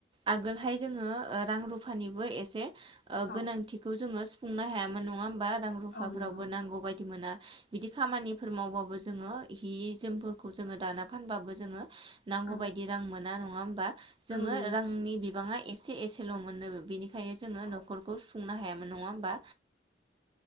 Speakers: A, on the right; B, on the left.
A: आगोलहाय जोङो रां रुफानिबो एसे
B: औ
A: गोनांथिखौ जोङो सुफुंनो हायामोन नङा होमबा रां रुफाफोरावबो
B: औ नंगौ
A: नांगौ बायदि मोना बिदि खामानिफोर मावबाबो जोङो हि जोमफोरखौ जोङो दाना फानबाबो जोङो नांगौ
B: औ
A: बायदि रां मोना नङा होमबा जोङो
B: औ नंगौ
A: रांनि बिबाङा एसे एसेल' मोनोबो बेनिखायनो जोङो
B: औ
A: नखरखौ सुफुंनो हाया। नङा होमबा?